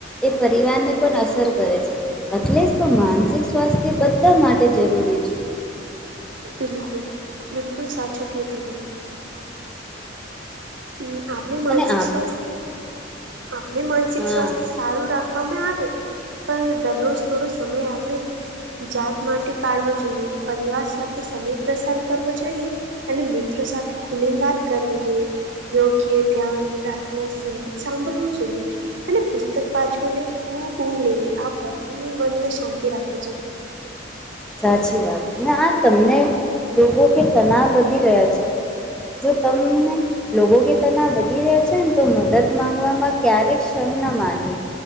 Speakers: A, in the centre; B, on the right.
A: એ પરિવારને, પણ અસર કરે છે, એટલે જતો માનસિક સ્વાસ્થ્ય બધા માટે જરૂરી છે.
B: બિલકુલ- બિલકુલ સાચું કીધુ તમેં. હું આપણે માનસિક
A: અને આપ
B: સ્વાસ્થ્ય, આપણે માનસિક
A: હા
B: સ્વાસ્થ્ય સારું રાખવામાં આવે, પણ દરરોજ થોડો સમય આપણે, જાત માટે કાઢવો જોઈએ પરિવાર સાથે સમય, પ્રસાર કરવો જોઈએ અને મિત્રો સાથે ખુલીને વાત કરવી જોઈએ, યોગ્ય ધ્યાન પ્રાર્થના સંગીત સાંભળવું જોઈએ, અને પુસ્તક પાછવુંને ખૂબ ઊંઘ લેવી આ પતિ મનને શાંતિ રાખવી જોઈએ,
A: સાચીવાત આ તમને લોકો કે તનાવ વધી રહ્યા છે, જો તમને, લોકો કે તનાવ વધી રહ્યા છે, નેતો મદદ માંગવામાં ક્યારેક શરમના માનવી.